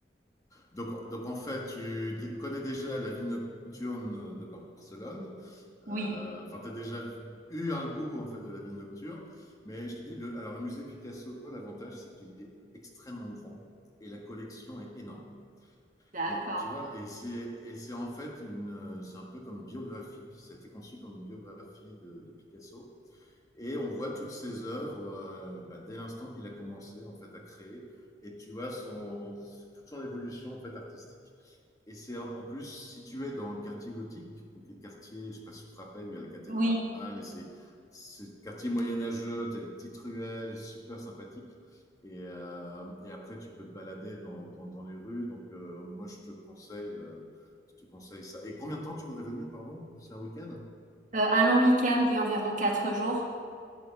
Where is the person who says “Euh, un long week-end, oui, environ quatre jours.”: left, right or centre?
Right